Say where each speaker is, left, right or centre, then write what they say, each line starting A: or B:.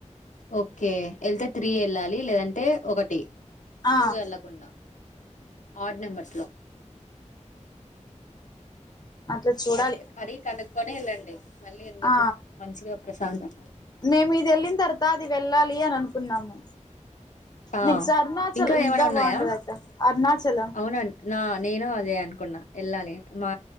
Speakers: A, on the left (about 75°); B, on the left (about 35°).
A: ఓకే వెళ్తే త్రీ వెళ్ళాలి లేదంటే ఒకటి
B: ఆ
A: టూ వెళ్ళకుండా ఆడ్ నెంబర్స్ లో
B: అట్లా చూడాలి
A: అర అరే కాల క్కని వెళ్ళండి మళ్ళీ ఎందుకు
B: ఆ
A: మంచిగా ప్రశాంతంగా
B: మేము ఇది వెళ్ళిన తర్వాత అది వెళ్ళాలి అని అనుకున్నాము
A: ఆ
B: నెక్స్ట్ అరుణాచలం
A: ఇంకా ఏమైనా ఉన్నాయా
B: బాగుంటది అక్క అరుణాచలం
A: అవునం నా నేను అదే అను వెళ్ళాలి మా